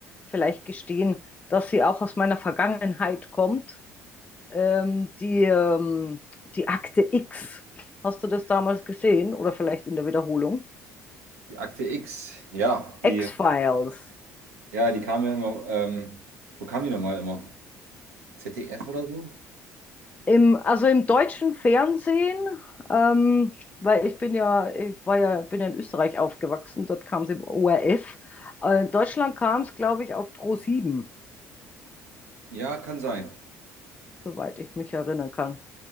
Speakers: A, on the left; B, on the right.
A: vielleicht gestehen, dass sie auch aus meiner Vergangenheit kommt. Ähm, die, ähm, die Akte X. Hast du das damals gesehen? Oder vielleicht in der Wiederholung?
B: Die Akte X, ja, die,
A: X-Files.
B: ja, die kam ja immer, ähm, wo kam die nochmal immer? ZDF oder so?
A: Im, also im deutschen Fernsehen, ähm, weil ich bin ja, ich war ja, bin ja in Österreich aufgewachsen, dort kam es im ORF. Äh, in Deutschland kam es, glaube ich, auf pro sieben,
B: Ja, kann sein.
A: soweit ich mich erinnern kann.